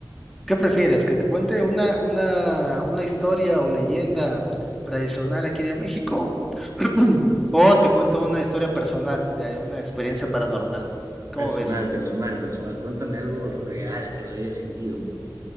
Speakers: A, in the centre; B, on the right (about 45°).
A: ¿qué prefieres? ¿Que te cuente una, una, una historia o leyenda tradicional aquí de México? <clears throat> ¿O te cuento una historia personal de una experiencia paranormal? ¿Cómo
B: personal,
A: ves?
B: personal, personal. Cuéntame algo real que lo hayas sentido.